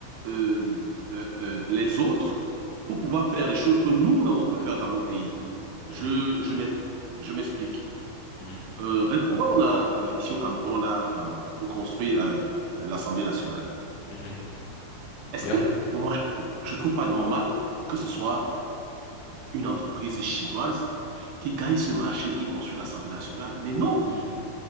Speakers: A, on the right (about 75°); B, on the left (about 70°).
A: euh, euh, euh, les autres pour pouvoir faire des choses que nous-mêmes on peut faire dans nos pays.
B: hmm,
A: Je, je m'ex- je m'explique.
B: hmm,
A: Euh, récemment, on a, euh, ici au Cameroun, on a euh, reconstruit la- l'Assemblée nationale.
B: hmm,
A: Est-ce
B: bien,
A: que, pour moi, je ne trouve pas normal que ce soit une entreprise chinoise qui gagne ce marché, et qui construit l'Assemblée nationale? Mais non!
B: hmm,